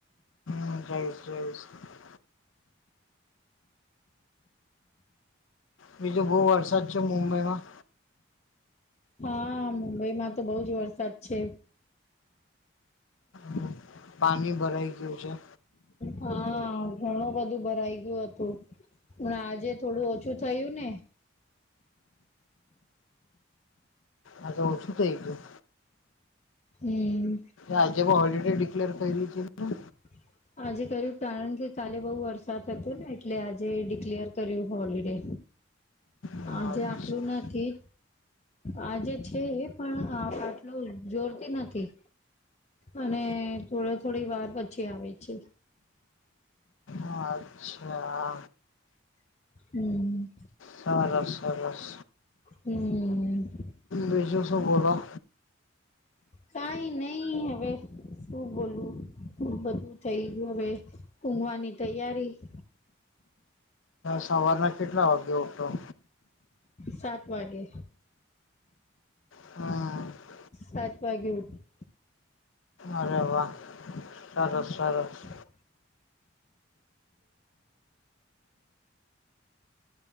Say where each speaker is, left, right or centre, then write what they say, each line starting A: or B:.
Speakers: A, on the left; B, on the left.
A: <unintelligible> બીજો બહુ વરસાદ છે, મુંબઈમાં
B: હા, મુંબઈમાં તો બહુ જ વરસાદ છે.
A: હમ. પાણી ભરાઈ ગયું છે.
B: હા, ઘણું બધું ભરાઈ ગયું હતું. હા આજે થોડું ઓછું થયું ને
A: આજે ઓછું થઇ ગયું.
B: હમ્મ
A: આજે પણ હોલિડે ડિક્લેર કર્યું છે કે શું?
B: <inaudible> આજે કર્યું કારણ કે કાલે બહુ વરસાદ હતો ને એટલે આજે ડિક્લેર કર્યું હોલિડે
A: ને
B: આજે
A: અચ્છા
B: આટલું નથી. આજે છે, એ પણ આટલું જોર થી નથી અને થોડી થોડી વાર પછી આવે છે.
A: અચ્છા
B: હમ્મ
A: સરસ સરસ
B: હમ્મ
A: બીજું શું બોલો
B: કાઈ નહી હવે શું બોલું, બધું થઈ ગયું હવે ઊઘવાની તૈયારી <inaudible>
A: સવારના કેટલા વાગે ઉઠો
B: સાત વાગે
A: હમ
B: સાત વાગે ઉઠ
A: અરે વાહ, સરસ સરસ
B: <unintelligible> <unintelligible> <inaudible> અને